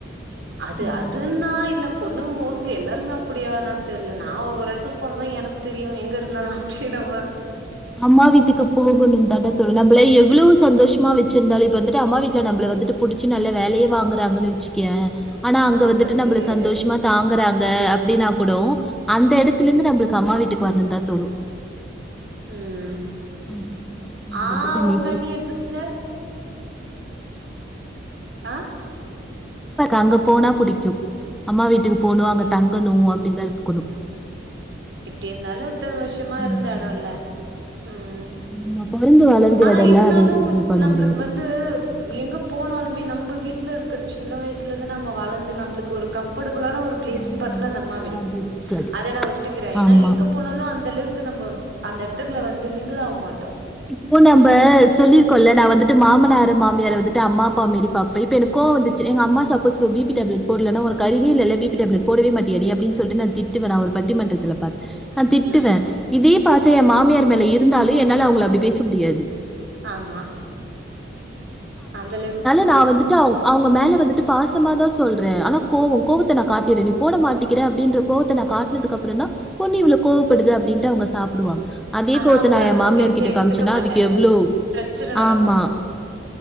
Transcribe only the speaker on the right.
அது
அதுன்னா இல்ல பொண்ணுங்க மோஸ்ட்லி எல்லாருமே அப்டியா என்னான்னு தெர்ல நா ஒரு எடத்துக்கு போனதா எனக்கு தெரியு எங்கே இருந்தா நா இட ஓரத்துல
நம்மளுக்கு
அது
தெரியாது
ம்
உம்
ஆஹ்
உங்க அண்ணிய எடுத்துக்கிட்டு ஆஹ்
எ
எப்டி இருந்தாலு இத்தன வருஷமா
இருந்த
எடோல்ல ம்
ஆனா
இருந்தாலு
நம்ளுக்கு
வந்து எங்க போனாலுமே நம்ம வீட்ல இருக்குற சின்ன வயசுலருந்து நம்ம வளந்து நம்மளுக்கு ஒரு கம்ஃபர்டபுளான ஒரு பிளேஸ்னு
பாத்தனா அது அம்மா வீடு
அத நா ஒத்துக்கிறே ஏன்னா
இங்க எங்க போனாலு அந்த அளவுக்கு நம்ம அந்த எடத்துக்ல வந்து மிங்கிளாக மாட்டோ
ம்
ம்
ஆமா அந்தளவு
ஆனா
அவங்க
அத
வந்து
பெருசா
எடுத்துக்க
மாட்டாங்க
பிரச்சன நடக்கு